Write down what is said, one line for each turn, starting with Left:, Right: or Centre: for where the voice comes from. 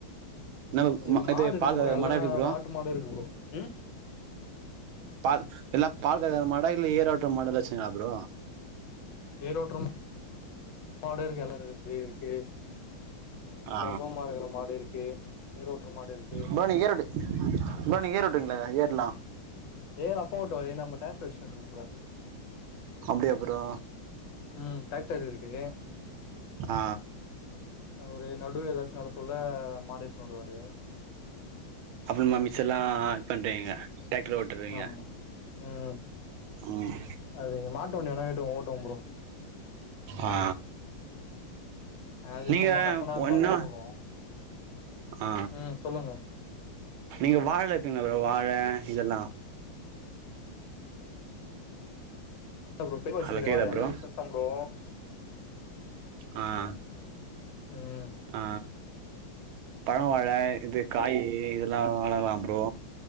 Right: இன்னோ
Left: இப்ப
Right: ம இது
Left: மாடு இருக்கு
Right: பால் கற
Left: ப்ரோ
Right: உங்
Left: எல்லா
Right: மாடு எப்டி ப்ரோ
Left: நாட்டு மாடு இருக்கு ப்ரோ ம்
Right: பால் எல்லா பால் கறக்கற மாடா இல்ல ஏரோட்ற மாடலா வச்சுருக்ங்ளா ப்ரோ
Left: ஏரோட்ற மாடு இருக்கு எல்லாருக்து இரு க்கு
Right: ஆ
Left: பிரசுவுமா இருக்குற மாடு இருக்கு ஏரோட்ற மாடு இருக்கு
Right: ப்ரோ நீங்க ஈரோடு ப்ரோ நீங்க ஏர் ஓட்டுவீங்ளா ஏர்லா
Left: ஏர் அப்பா ஓட்டுவாரு நம்ம டிராக்ட்ரு வச்சினிர்க்குறோ ப்ரோ
Right: அப்டியா ப்ரோ
Left: ம் டிராக்டர் இருக்கு
Right: ஆ
Left: அவரு நடு எதாச்சு நடசுல்ல மாடு எட்த்துன் வருவாரு
Right: அப்புறுமா மிச்செல்லா பண்றீங்க டிராக்ட்ரு ஓட்டுறீங்க
Left: ஆமா ம்
Right: ம்
Left: அது மாட்டுவண்டி எதுனா எட்டுன் ஓட்டுவன் ப்ரோ
Right: ஆ
Left: அது
Right: நீங்க
Left: சும்மா கத்துனா அதுப்பாட்னு
Right: ஒன்னா
Left: போகு
Right: ஆ
Left: ம் சொல்லுங்க
Right: நீங்க வாழலா ஏத்துவீஙளா ப்ரோ வாழ இதெல்லா
Left: <unintelligible> ப்ரோ பெருவ வச்சிருக்க
Right: ஹலோ கேக்குதா
Left: வாழ அந்த
Right: ப்ரோ
Left: பிஸ்னஸ்தான் ப்ரோ
Right: ஆ
Left: ம்
Right: ஆ பழோ வாழ இது காயி இதெல்லா எவுளோ நாளா ப்ரோ